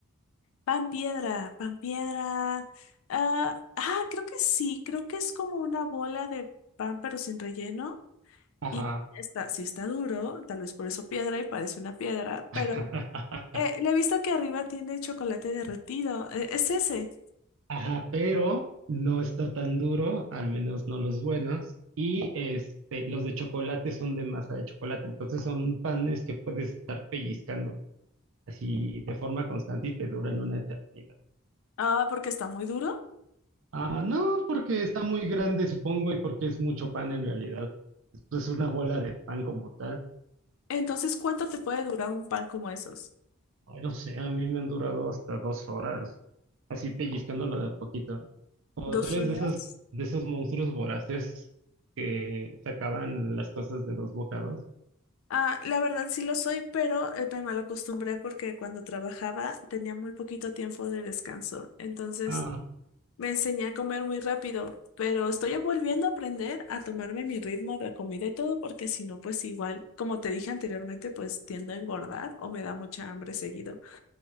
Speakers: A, on the left; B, on the right.
A: Pan piedra, pan piedra. ah, ah, creo que sí. Creo que es como una bola de pan pero sin relleno.
B: Ajá.
A: Y está, sí está duro, tal vez por eso piedra y parece una piedra, pero...
B: <laughs>
A: Eh, le he visto que arriba tiene chocolate derretido. Eh, ¿es ese?
B: Ajá, pero no está tan duro, al menos no los buenos. Y este, los de chocolate son de masa de chocolate, entonces son panes que puedes estar pellizcando así de forma constante y te duran una eternidad.
A: Ah, porque está muy duro.
B: Ah, no, porque está muy grande, supongo, y porque es mucho pan en realidad. Esto es una bola de pan como tal.
A: Entonces, ¿cuánto te puede durar un pan como esos?
B: Ay, no sé, a mí me han durado hasta dos horas, así pellizcándolo de a poquito. O
A: ¿Dos
B: tú eres
A: horas?
B: de esos, de esos monstruos voraces que se acaban las cosas de dos bocados.
A: Ah, la verdad sí lo soy, pero eh, me mal acostumbré porque cuando trabajaba tenía muy poquito tiempo de descanso. Entonces,
B: Ah,
A: me enseñé a comer muy rápido, pero estoy volviendo a aprender a tomarme mi ritmo de comida y todo porque si no, pues igual, como te dije anteriormente, pues tiendo a engordar o me da mucha hambre seguido.